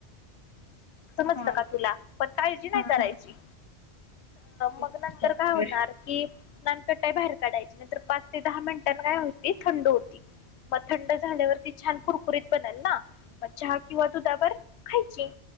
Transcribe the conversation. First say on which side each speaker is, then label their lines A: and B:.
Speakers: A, on the left; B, on the left.
A: समज
B: हा
A: नका तुला पण काळजी नाही
B: हा
A: करायची
B: हा बरं
A: मग नंतर काय होणार
B: बरं
A: कि नानकटाई बाहेर काढायची नंतर पाच ते दहा मिनिटां काय होती थंड होती मग थंड झाल्यावरती छान कुरकुरीत बनेल ना म चहा किंवा दुधावर खायची